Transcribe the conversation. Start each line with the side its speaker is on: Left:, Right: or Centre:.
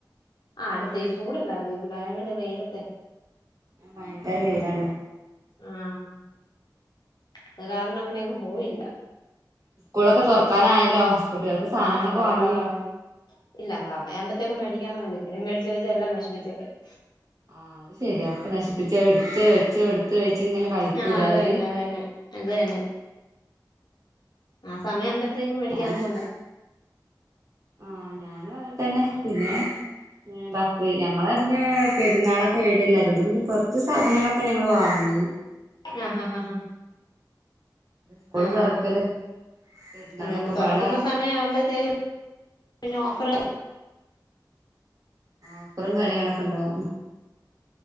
Left: ആഹ് അടുത്ത ഈ ചൂടില്ലായിരുന്നേ <unintelligible> പ്രാരങ്ങണ്ട് വെയിലത്തെ
Right: ഭയങ്കര വെയിലാണ്.
Left: ആഹ് അത് കാരണം പിന്നെ അങ്ങ് പോയില്ല.
Right: സ്കൂളൊക്കെ തുറക്കാനായല്ലോ കുട്ടികൾക്ക് സാധനങ്ങളൊക്കെ
Left: ആഹ് തുറക്കാറാവും
Right: വാങ്ങിയോ?
Left: ഇല്ല സമയകുമ്പത്തേക്കും മേടിക്കൻ <unintelligible> ഇപ്പഴേ മേടിച്ച് വെച്ച എല്ലാം നശിപ്പിച്ച് കളയും
Right: ആഹ് അത് ശരിയ ഒക്കെ നശിപ്പിച്ചു എടുത്ത് വെച്ചോ എടുത്ത് വെച്ച് ഇങ്ങനെ കളിക്കൂലെ
Left: ആഹ് അത്
Right: അവര്.
Left: തന്നെ അത് തന്നെ അത് തന്നെ ആ സമയം ആമ്പത്തേക്കും മേടിക്കാന്ന്
Right: ഞാനും
Left: കൊണ്ടാ
Right: ആഹ് ഞാനും അത് തന്നെ പിന്നെ <unintelligible> ഞങ്ങളെ പിന്നെ പെരുന്നാളൊക്കെ വരെല്ല അതുകൊണ്ട് പിന്നെ കൊറച്ച് സാധനങ്ങളൊക്കെ ഞങ്ങള് വാങ്ങി
Left: ആഹ് ഹാ ഹാ ഹാ
Right: സ്കൂള്
Left: ആഹ്
Right: തുറക്കലും പെരുന്നാളൊക്കെ
Left: അത് പിന്നെ തുറക്കുന്ന
Right: പാടായിട്ട്
Left: സമയം ആവുമ്പോഴത്തേക്ക് പിന്നെ ഓഫറ്
Right: ഓഫറും കാര്യങ്ങളൊക്കെ ഉണ്ടാവും